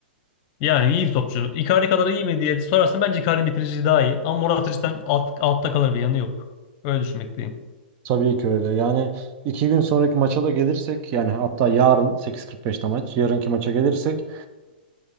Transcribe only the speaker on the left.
yani iyi bir topçu. Icardi kadar iyi mi diye sorarsan bence Icardi'nin bitiriciliği daha iyi. Ama Morata cidden alt, altta kalır bir yanı yok. Öyle düşünmekteyim.